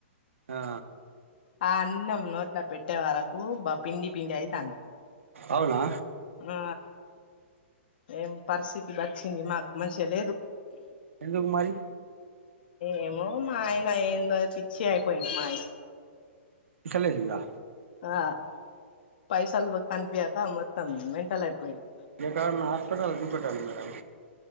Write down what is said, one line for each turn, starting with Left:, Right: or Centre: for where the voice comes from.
Right: ఆ
Left: ఆ అన్నం నోట్ల పెట్టే వరకు బ్బ పిండి పిండి అయితది
Right: అవునా
Left: ఆ ఏం పరిస్థితి వచ్చింది మాకు మంచిగా లేదు
Right: ఎందుకు మరి
Left: ఏమో మా ఆయన ఏందో పిచ్చి అయిపోయిండు మా ఆయన
Right: ఎక్కలేదు ఇంగా
Left: ఆ పైసాలు కనిపియక మొత్తం మెంటల్ అయిపోయింది
Right: ఎక్కడన్నా హాస్పిటల్‌కి చూపెట్టండి మేడం